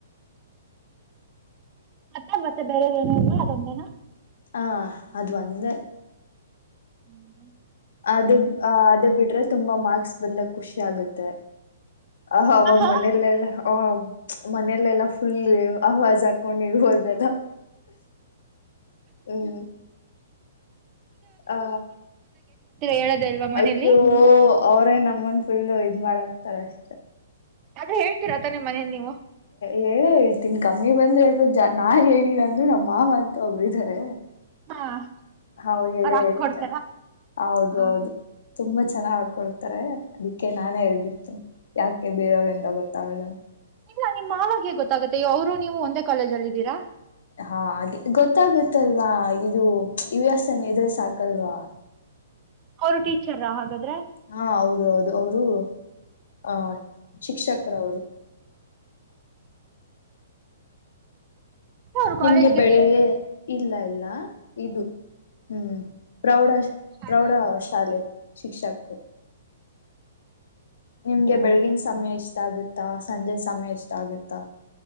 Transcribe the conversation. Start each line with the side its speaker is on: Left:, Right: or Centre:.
Right: ಮತ್ತ ಮತ್ತೆ ಬೇರೆದೇನ ಇಲ್ವಾ ಅದೊಂದೇನಾ.
Left: ಹಾ ಅದು ಒಂದ.
Right: ಹ್ಮ.
Left: ಅದು ಅದು ಬಿಟ್ರೆ ತುಂಬಾ ಮಾರ್ಕ್ಸ್ ಬಂದಕ್. ಖುಷಿ ಆಗುತ್ತೆ ಆ ಅವಾಗ
Right: ಹಾಂ ಹಾಂ
Left: ಮನೇಲೆೆಲ್ಲ ಆ ಮನೆಯಲೆೆಲ್ಲ. ಸ. ಅವಾಜ್ ಹಾಕೊಂಡಿರ್ಬೋದಲ್ಲ ಹ್ಮ್ ಆ
Right: ಹೇಳದೇ ಇಲ್ವಾ ಮನೇಲಿ
Left: ಅಯ್ಯೋ ಅವರೇ ನಮ್ಮನ್ ಫುಲ್ ಇದ್ ಮಾಡಕ್ತಾರ ಅಷ್ಟೆ
Right: ಅದ ಹೇಳ್ತೀರಾ ತಾನೆ ನಿಮ್ಮ ಮನೇಲಿ ನೀವು
Left: ಹೇಳೆ ಹೇಳ್ತೀನಿ ಕಮ್ಮಿ ಬಂದ್ರ ಹೇಳ್ಬ ಜಾ ನಾನ್ ಹೇಳಿಲ್ಲಾ ಅಂದರು ನಮ್ಮ ಮಾವ ಅಂತ ಒಬ್ರು ಇದಾರೆ
Right: ಹಾಂ
Left: ಹ ಹೇಳೇ
Right: ಅವ್ರು ಹಾಕಿ
Left: ಹೇಳ್ತಾ
Right: ಕೊಡ್ತಾರಾ
Left: ಹೌದು
Right: ಹಾಂ
Left: ಹೌದು ತುಂಬಾ ಚೆನ್ನಾಗ ಹಕೊಡ್ತಾರೆ ಅದಕ್ಕೆ ನಾನೇ ಹೇಳ್ಬಿಡ್ತೇನೆ ಯಾಕೆ ಬೇರೆಯವ್ರಂದ ಗೊತ್ತಾಗೋದ
Right: ಇಲ್ಲ ನಿಮ್ಮ ಮವಾಗ ಹೆಂಗ ಗೊತ್ತಾಗತ್ತೆ ಅವರು ನೀವು ಒಂದೇ ಕಾಲೇಜ ಅಲ್ಲಿದ್ದೀರಾ
Left: ಹಾ ಹಾಗೆ ಗೊತ್ತಾಗುತ್ತಲ್ವಾ ಇದು ಯು ಎಸ್ ಎನ್ ಇದ್ರೆ ಸಾಕಲ್ವಾ
Right: ಅವರು ಟೀಚರ್ ಹಾಗಾದ್ರೆ
Left: ಹಾ ಹೌದು ಹೌದು ಅವರು ಅ ಶಿಕ್ಷಕರ ಅವರು
Right: ಅವರು
Left: ನಿಮ್ಗೆ
Right: ಕಾಲೇಜ್ಗೆ
Left: ಬೆಳಗೆ ಇಲ್ಲ ಇಲ್ಲ ಇದು ಹ್ಮ್ ಪ್ರೌಡ್ ಶಾ
Right: ಟಿ
Left: ಪ್ರೌಢ ಶಾಲೆ ಶಿಕ್ಷಕ್ ನಿಮ್ಗೆ ಬೆಳಗಿನ ಸಮಯ ಇಷ್ಟಾಗುತ್ತಾ ಸಂಜೆ ಸಮಯ ಇಷ್ಟ ಆಗುತ್ತಾ